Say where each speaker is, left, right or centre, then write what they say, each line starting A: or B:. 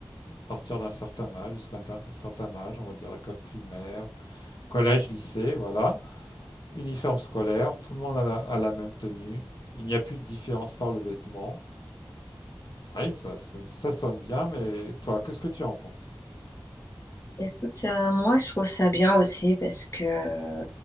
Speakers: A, on the left; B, on the left.
A: à partir d'un certain âge, jusqu'à un un certain âge, on va dire école primaire, collège, lycée, voilà. Uniforme scolaire, tout le monde a la, a la même tenue, il n'y a plus de différence par le vêtement. Oui, ça, ça- ça sonne bien, mais toi, qu'est-ce que tu en penses?
B: Écoute, euh, moi je trouve ça bien aussi parce que